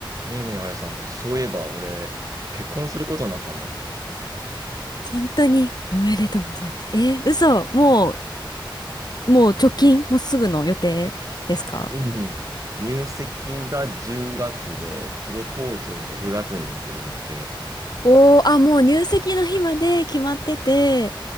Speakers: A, on the right; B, on the left.
A: ねえねえ、あやさん、そういえば俺、結婚することになったんだ。
B: 本当におめでとうございます。えー、嘘、もう、もう直近、
A: え
B: もうすぐの予定ですか
A: うん。入籍が10月で、プロポーズを6月にする予定。
B: おー、あ、もう入籍の日まで決まってて、